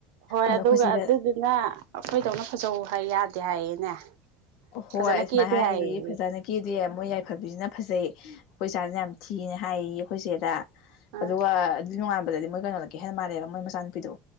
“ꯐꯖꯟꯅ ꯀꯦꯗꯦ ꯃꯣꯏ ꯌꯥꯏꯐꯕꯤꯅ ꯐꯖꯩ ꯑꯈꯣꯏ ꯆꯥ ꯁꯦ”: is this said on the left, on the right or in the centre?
Left